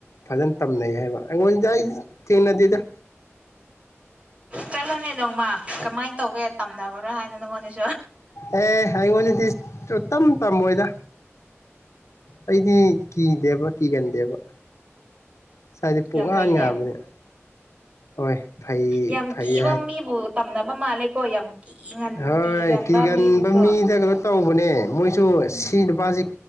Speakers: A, on the left; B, on the right.
A: ꯐꯖꯅ ꯇꯝꯅꯩ ꯍꯥꯏꯕ ꯑꯩꯉꯣꯟꯗ ꯑꯩ ꯊꯦꯡꯅꯗꯦꯗ
B: ꯆꯠꯂꯣꯅꯦ ꯅꯣꯡꯃ ꯀꯃꯥꯏꯅ ꯇꯧꯒꯦ ꯇꯝꯅꯕ꯭ꯔꯥ ꯍꯥꯏꯅꯣ ꯅꯪꯉꯣꯅꯦꯁꯨ
A: ꯑꯦ ꯍꯥꯏ ꯋꯥꯅꯤꯗꯤ ꯇꯝ ꯇꯝꯃꯣꯏꯗ ꯑꯩꯗꯤ ꯀꯤꯗꯦꯕ ꯀꯤꯒꯟꯗꯦꯕ ꯁꯗꯤ ꯄ
B: ꯌꯥꯝ ꯐꯩꯅꯦ
A: ꯌꯥꯕꯅꯦ ꯍꯣꯏ ꯐꯩ
B: ꯌꯥꯝ
A: ꯐꯩ
B: ꯀꯤꯕ ꯃꯤꯕꯨ ꯇꯝꯅꯅꯕ ꯃꯥꯂꯦ ꯈꯣꯏ ꯌꯥꯝ ꯀꯤꯒꯟ
A: ꯍ
B: ꯀꯤꯒꯟꯕ
A: ꯀ ꯀꯥꯟꯕꯝꯃꯤꯖꯒ
B: ꯃꯤꯕꯨꯁꯨ
A: ꯇꯧꯕꯅꯦ ꯃꯣꯏ ꯁ
B: ꯎꯝ
A: ꯁꯤ ꯅꯨꯕꯖꯤ